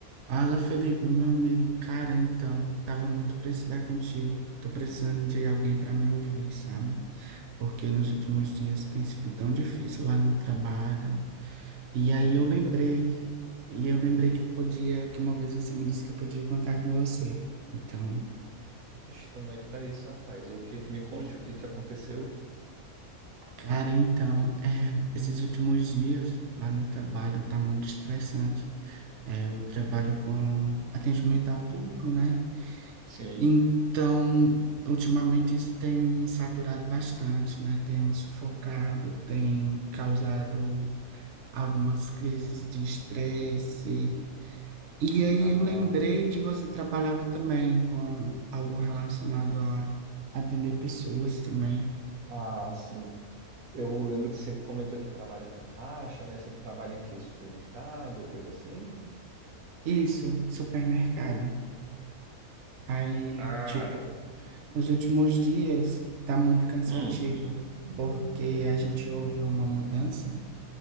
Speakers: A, on the right; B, on the right.
A: Fala, Felipe, meu amigo. Cara, então, tava muito precisando contigo. Tô precisando de alguém para me ouvir, sabe? Porque nos últimos dias tem sido tão difícil lá no trabalho. E aí
B: Eita,
A: eu lembrei, e eu lembrei que eu podia, que uma vez você me disse que eu podia contar com você. Então,
B: estamos aí para isso, rapaz. O que me conte o que que aconteceu?
A: cara, então, é, esses últimos dias lá no trabalho tá muito estressante. É, eu trabalho com atendimento ao público, né?
B: Sim.
A: Então, ultimamente isso tem me saturado bastante, né? Tem me sufocado, tem causado algumas crises de estresse. E aí
B: Ah,
A: eu lembrei que você trabalhava também com algo relacionado a atender pessoas também.
B: ah, sim. Eu lembro que você comentou que trabalha com caixa, né? Você trabalha em que supermercado, coisa assim?
A: Isso, supermercado. Aí,
B: Cara,
A: tipo, os últimos dias tá muito cansativo,
B: hum,
A: porque a gente houve uma mudança